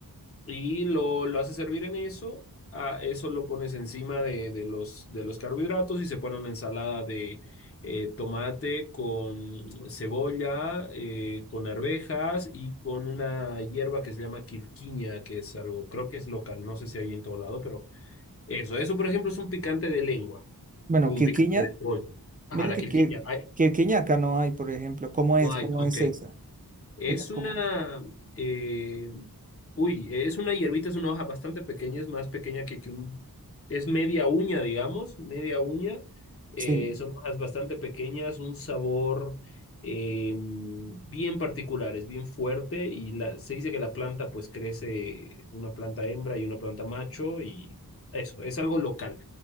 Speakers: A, on the left (about 35°); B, on the right (about 20°).
A: Y lo, lo haces servir en eso, a eso lo pones encima de, de los, de los carbohidratos y se pone una ensalada de eh, tomate con cebolla, eh, con arvejas y con una hierba que se llama quirquiña, que es algo, creo que es local, no sé si hay en todo lado, pero eso, eso por ejemplo es un picante de lengua,
B: Bueno,
A: o un
B: quirquiña,
A: picante de pollo. Ajá,
B: mira
A: la
B: que
A: quirquiña,
B: quir-
A: ay,
B: quirquiña acá no hay, por ejemplo. ¿Cómo
A: no
B: es?
A: hay,
B: ¿Cómo
A: ok.
B: es esa?
A: Es
B: Ella, ¿cómo
A: una,
B: es?
A: eh, uy, es una hierbita, es una hoja bastante pequeña, es más pequeña que, que un, es media uña, digamos, media uña. Eh,
B: Sí.
A: son hojas bastante pequeñas, un sabor eh, bien particular, es bien fuerte y la, se dice que la planta pues crece una planta hembra y una planta macho y eso, es algo local,